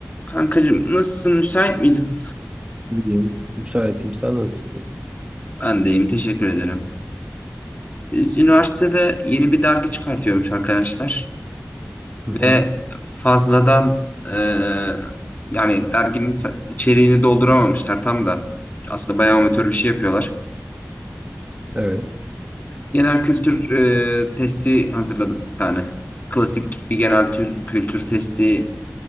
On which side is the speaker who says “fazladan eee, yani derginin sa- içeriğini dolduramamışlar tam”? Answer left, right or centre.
Left